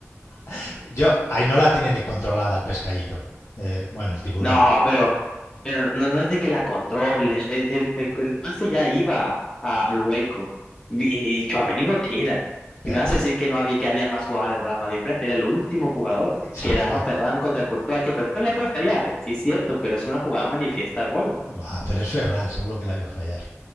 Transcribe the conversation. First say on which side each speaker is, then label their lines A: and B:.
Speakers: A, on the left; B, on the left.
A: <laughs> yo, ahí no la tiene ni controlada el pescadito, eh, bueno, el tiburón,
B: No, pero, pero no, no es de que la controle. El, el, el, el pase ya iba a- al hueco. Y, y Tchouaméni lo tira.
A: pero,
B: Y me vas a decir que no había, que habían más jugadores del Real Madrid enfrente. Era el último jugador.
A: <laughs>
B: Quedaba
A: pero
B: Ferran contra Courtois, que después la puede fallar. Sí, es cierto, pero es una jugada manifiesta gol.
A: Bah, pero es Ferran, seguro que la iba a fallar.